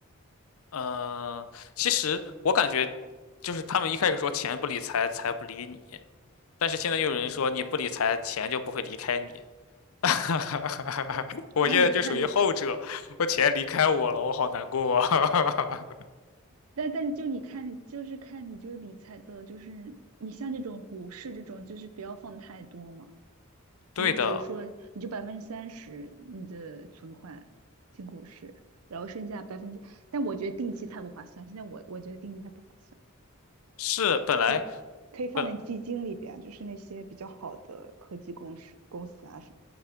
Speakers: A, on the left; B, on the right.
A: 嗯，其实我感觉，就是他们一开始说钱不理财，财不理你，但是现在又有人说你不理财，钱就不会离开你。<laughs> 我现在就属于后者，
B: 那你看你。
A: 我钱离开我了，我好难过啊。
B: 但但就你看，就是看你就是理财的，就是你像这种股市这种，就是不要放太多嘛。
A: <laughs> 对的，
B: 就是比如说，你就百分之三十你的存款进股市，然后剩下百分之，但我觉得定期太不划算。现在我我觉得定期太不划算，
A: 是本来。
B: 可以可以放在基金里边，
A: 本。
B: 就是那些比较好的科技公司公司啊什